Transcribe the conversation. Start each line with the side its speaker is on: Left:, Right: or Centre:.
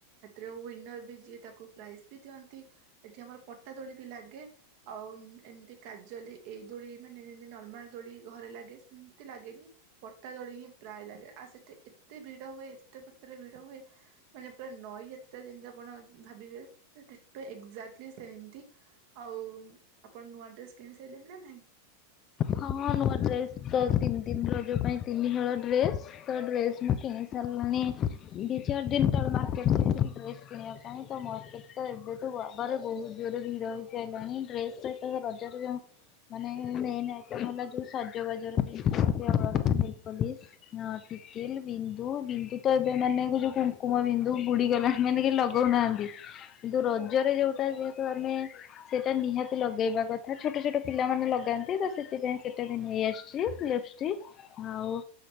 Right: ୱିନର ବି ଯିଏ ତାକୁ ପ୍ରାଇଜ୍ ବି ଦିଅନ୍ତି। ଏଠି ଆମର ପଟା ଦୋଳି ବି ଲାଗେ। ଆଉ ଇମ ଏମତି କାଜଲି ଏଇ ଦୋଳି ମାନେ ଯେମିତି ନର୍ମାଲ ଦୋଳି ଘରେ ଲାଗେ ସେମିତି ଲାଗେନି। ପଟା ଦୋଳି ହିଁ ପ୍ରାୟ ଲାଗେ ଆଉ ସେଠି ଏତେ ଭିଡ଼ ହୁଏ ଏତେ ମାତ୍ରାରେ ଭିଡ଼ ହୁଏ। ମାନେ ପୁରା ନଈ ଯାତ୍ରା ଯେମିତି ଆପଣ ଭାବିବେ ଡିଟୋ ଏକଯାଟଲି ସେମତି। ଆଉ ଆପଣ ନୂଆ ଡ୍ରେସ୍ କିଣି ସାଇଲେନ ନା ନାହିଁ?
Left: ହଁ ହଁ ନୂଆ ଡ୍ରେସ୍ ତ ତିନି ଦିନ ରଜ ପାଇଁ ତିନିହଳ ଡ୍ରେସ୍। ତ ଡ୍ରେସ୍ ମୁଁ କିଣି ସାରଲିଣି। ଦି ଚାର୍ ଦିନ ତଳେ ମାର୍କେଟ ଯାଇଥିଲି ଡ୍ରେସ କିଣିବା ପାଇଁ ତ ମତେ ତ ଏବେଠୁ ୱା ବରେ ବହୁତ ଜୋରରେ ଭିଡ ହେଇସାଇଲାଣି ଡ୍ରେସ୍ ସହିତ ରଜରେ ଯୋଉଁ ମାନେ ନେଇନାଇଁ ନନା ଯୋଉ ସଜବାଜର ଜିନିଷ ସବୁ ନେଲ୍ ପୋଲିସ। ହଁ ଟିକିଲି, ବିନ୍ଦୁ, ବିନ୍ଦୁ ତ ଏବେ ମାନେକୁ ଯୋଉ କୁଙ୍କୁମ ବିନ୍ଦୁ ବୁଡିଗଲା। ମାନେ କିଏ ଲଗୋଉନାହାନ୍ତି। କିନ୍ତୁ ରଜରେ ଯୋଉଟା ଯେହେତୁ ଆମେ ସେଇଟା ନିହାତି ଲଗେଇବା କଥା। ଛୋଟ ଛୋଟ ପିଲାମାନେ ଲଗାନ୍ତି ତ ସେ ସେଥିପାଇଁ ସେଟା ବି ନେଇ ଆସଚି ଲିପଷ୍ଟିକ ଆଉ